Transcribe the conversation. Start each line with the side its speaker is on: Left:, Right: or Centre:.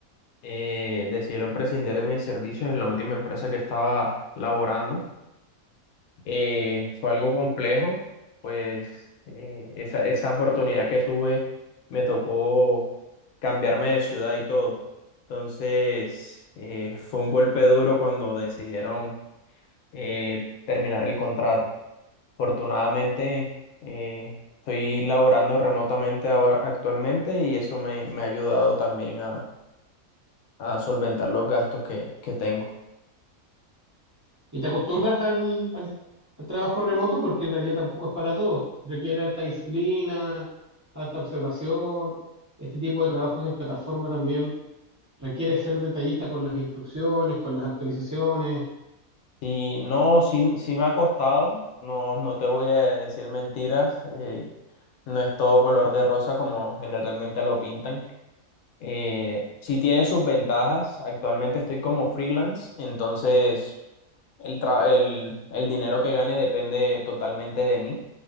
Left: eh, decidieron prescindir de mis servicios en la última empresa que estaba laborando. Eh, fue algo complejo, pues eh, esa, esa oportunidad que tuve me tocó cambiarme de ciudad y todo. Entonces, eh, fue un golpe duro cuando decidieron eh, terminar el contrato. Afortunadamente, eh, estoy laborando remotamente ahora, actualmente y eso me, me ha ayudado también a, a solventar los gastos que, que tengo.
Right: Y te acostumbras al, al- al trabajo remoto porque en realidad tampoco es para todos. Requiere alta disciplina, alta observación. Este tipo de trabajos en plataforma también requiere ser detallista con las instrucciones, con las actualizaciones.
Left: Sí, no, sí, sí me ha costado, no, no te voy a decir mentiras, eh, no es todo color de rosa como generalmente lo pintan. Eh, sí tiene sus ventajas, actualmente estoy como freelance, entonces el, tra- el, el dinero que gane depende totalmente de mí,